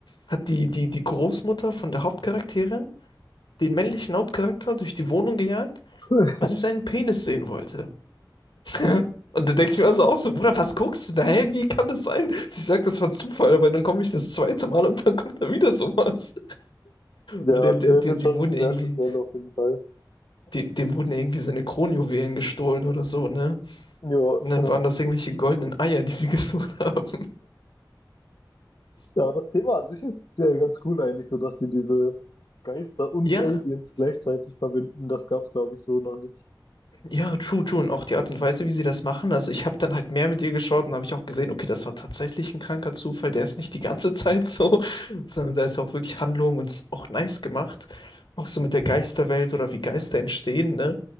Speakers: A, on the left; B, on the left.
A: hat die, die, die Großmutter von der Hauptcharakterin den männlichen Hauptcharakter durch die Wohnung gejagt,
B: <laughs>
A: weil sie seinen Penis sehen wollte. <laughs> Und da denke ich mir also auch so, Bruder, was guckst du da? Hä, wie kann das sein? Sie sagt, das war Zufall, aber dann komme ich das zweite Mal und dann kommt da wieder sowas.
B: Ja,
A: Weil der,
B: die
A: der,
B: Serie
A: dem,
B: ist
A: dem
B: schon
A: wurden irgendwie,
B: sehr speziell auf jeden Fall.
A: dem, dem wurden irgendwie seine Kronjuwelen gestohlen oder so, ne?
B: Ja,
A: Und dann
B: ja.
A: waren das irgendwelche goldenen Eier, die sie <laughs> gesucht haben.
B: Ja, das Thema an sich ist sehr ganz cool eigentlich, so dass die diese Geister und
A: Ja,
B: Aliens gleichzeitig verbinden. Das gab's, glaube ich, so noch nicht.
A: ja, true, true. Und auch die Art und Weise, wie sie das machen. Also ich habe dann halt mehr mit ihr geschaut und habe ich auch gesehen, okay, das war tatsächlich ein kranker Zufall. Der ist nicht die ganze Zeit so, <laughs> sondern da ist auch wirklich Handlung und ist auch nice gemacht. Auch so mit der Geisterwelt oder wie Geister entstehen, ne?